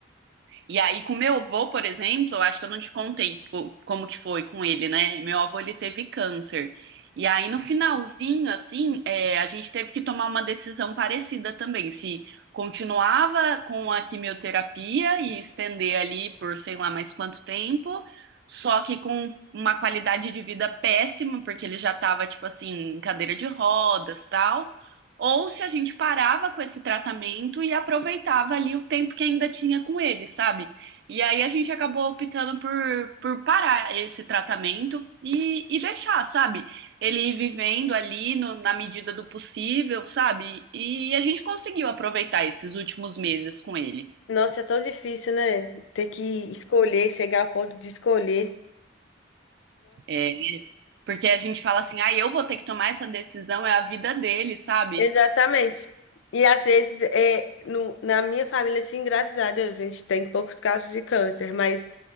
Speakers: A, on the right; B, on the left.
A: E aí, com meu avô, por exemplo, eu acho que eu não te contei co- como que foi com ele, né? Meu avô, ele teve câncer. E aí, no finalzinho, assim, é, a gente teve que tomar uma decisão parecida também. Se continuava com a quimioterapia e estender ali por sei lá mais quanto tempo, só que com uma qualidade de vida péssima, porque ele já tava, tipo assim, em cadeira de rodas, tal ou se a gente parava com esse tratamento e aproveitava ali o tempo que ainda tinha com ele, sabe? E aí a gente acabou optando por, por parar esse tratamento e, e deixar, sabe? Ele ir vivendo ali no- na medida do possível, sabe? E a gente conseguiu aproveitar esses últimos meses com ele.
B: Nossa, é tão difícil, né? Ter que escolher, chegar ao ponto de escolher.
A: É, porque a gente fala assim, ah, eu vou ter que tomar essa decisão, é a vida dele, sabe?
B: Exatamente. E às vezes, é, no, na minha família, assim, graças a Deus, a gente tem poucos casos de câncer, mas